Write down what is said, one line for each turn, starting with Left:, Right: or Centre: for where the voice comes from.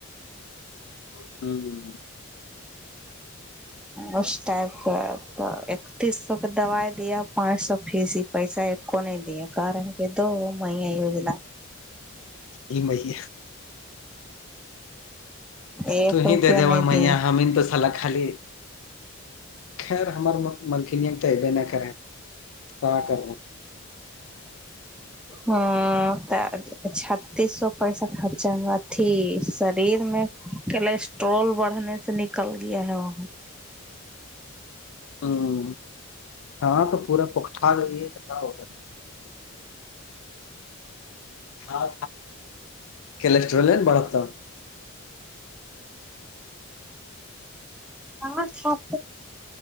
Left: ہاں <unintelligible>
Centre: اس ٹائپ کا اکتیس سو کے دوائی دیا پانچ سو فیس پیسہ کونے دیا کار ہے کہ دو میں یوجنا
Left: یہ مئی ہے
Centre: ایک
Left: تو ہی
Centre: روپیہ
Left: دے دو
Centre: نہیں
Left: میا
Centre: دیے
Left: ہم ہی تو سلا خالی خیر ہمار ملکنیم تو ایبے نہ خ ہے کیا کرنا
Centre: ہاں چھتیس سو پیسہٹھ خرچا ہوا تھی شریر میں کولیسٹرول بڑھنے سے نکل گیا ہے وہاں
Left: ہاں ہاں تو پورا پکھارئی ہےا ہوگا ہاں کولیسٹرول بڑھتا
Centre: ہاں سپ